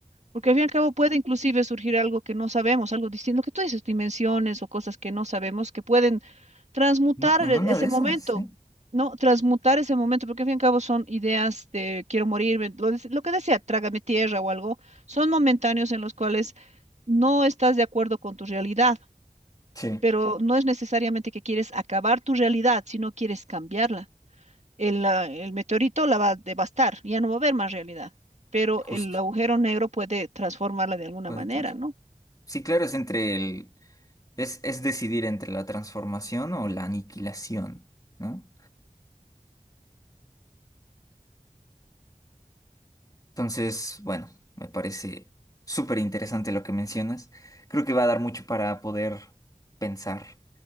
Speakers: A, on the right; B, on the left.
A: Porque al fin y al cabo puede inclusive surgir algo que no sabemos, algo distinto, lo que tú dices, dimensiones o cosas que no sabemos que pueden transmutar
B: No, en
A: e-
B: una
A: ese
B: de
A: momento,
B: esas, sí.
A: ¿no? Transmutar ese momento, porque al fin y al cabo son ideas de quiero morirme, lo, des- lo que decía, trágame tierra o algo, son momentáneos en los cuales no estás de acuerdo con tu realidad,
B: Sí,
A: pero no es necesariamente que quieres acabar tu realidad, sino quieres cambiarla el, la- el meteorito la va a devastar, ya no va a haber más realidad, pero
B: justo.
A: el agujero negro puede transformarla de alguna
B: Puede
A: manera,
B: trans-
A: ¿no?
B: Sí, claro, es entre el... Es, es decidir entre la transformación o la aniquilación, ¿no? Entonces, bueno, me parece súper interesante lo que mencionas. Creo que va a dar mucho para poder pensar